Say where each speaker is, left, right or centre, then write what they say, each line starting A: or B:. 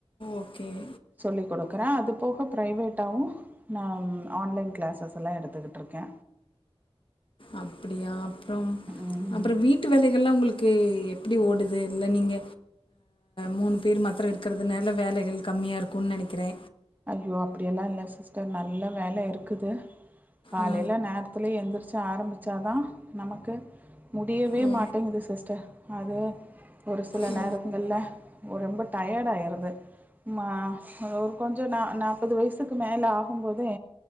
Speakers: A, on the left; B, on the right.
A: ஓகே.
B: சொல்லி் குடுக்குறே அதுப் அது போக ப்ரைவேட்டாவு நா ஆன்லைன் கிளாஸஸ்ல்லா எடுத்துக்கிட்டுருக்கே
A: அப்டியா அப்பறோ
B: ம்
A: அப்பறோ வீட்டு வேலை இதுக்கல்லா ஒங்களுக்கு எப்டி ஓடுது இல்ல நீங்க மூனு பேர் மாத்தம் இருக்குறதுனால வேலைகள் கம்மியாக இருக்கும்ன்னு நெனக்குறே
B: அய்யோ அப்டியெல்லா இல்ல சிஸ்டர் நல்ல வேல இருக்குது காலேல
A: ஆ
B: நேரத்துல எந்துரு வச்ச ஆரம்பிச்ச தா நமக்கு முடியவே
A: ஓ
B: மாட்டேங்குது சிஸ்டர் அது ஒரு சில
A: ஓ
B: நேரங்கள்ல ரொம்ப டயர்ட் ஆயிருது ம்மா ஓ கொஞ்சோ நா நாப்பது வயசுக்கு மேலே ஆகும்போதே